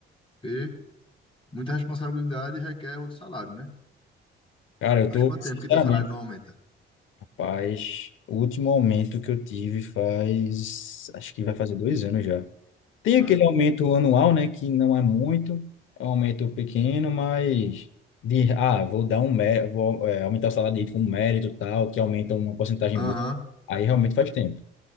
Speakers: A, on the left; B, on the left.
A: Porque muita responsabilidade requer outro salário, né?
B: Cara, eu
A: Faz
B: tô,
A: quanto
B: sinceramente,
A: tempo que teu salário não aumenta?
B: rapaz, o último aumento que eu tive faz, acho que vai fazer dois anos já. Tem aquele
A: É.
B: aumento anual, né, que não é muito, é um aumento pequeno, mas de, ah, vou dar um mérito, vou, é, aumentar o salário dele com mérito e tal, que aumenta uma porcentagem
A: Aham.
B: boa. Aí realmente faz tempo.